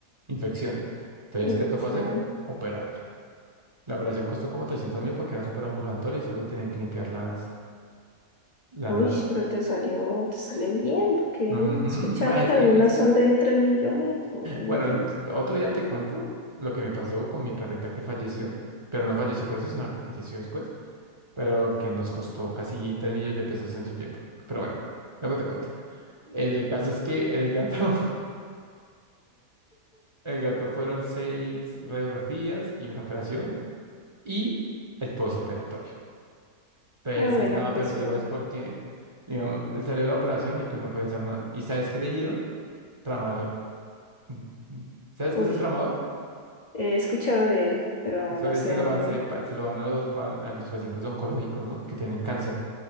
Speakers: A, on the right; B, on the left.
A: infección. Entonces,
B: me
A: ¿qué
B: decían,
A: tocó hacer? Operarlo. La operación costó como trescientos mil porque era súper ambulatorio y solo le tenían que limpiar las... las...
B: Uy, pero te salió, te salió bien, porque
A: Ujú.
B: he escuchado
A: Va, Es
B: que algunas
A: que, es que...
B: son de 3 millones o un
A: Bueno,
B: millón.
A: otro día te cuento lo que me pasó con mi perrita que falleció. Pero no falleció por eso, sino que falleció después. pero que nos costó casi 3 millones de pesos en su tiempo. Pero bueno, luego te cuento. El caso es que el gato, <laughs> el gato fueron seis radiografías y una operación y el posoperatorio. Entonces
B: Ah, bueno,
A: estaba
B: que
A: perdido,
B: eso...
A: es porque, digamos, él salió de la operación y pues no podía hacer nada. ¿Y sabes qué le dieron? Tramadol. Mm, mm. ¿Sabes
B: Uy,
A: qué es el tramadol?
B: he escuchado de él, pero
A: Eso
B: no
A: es,
B: sé
A: se lo
B: muy
A: hace,
B: bien.
A: pa- se lo dan a los, pa- a los pacientes oncológicos, ¿no? Que tienen cáncer.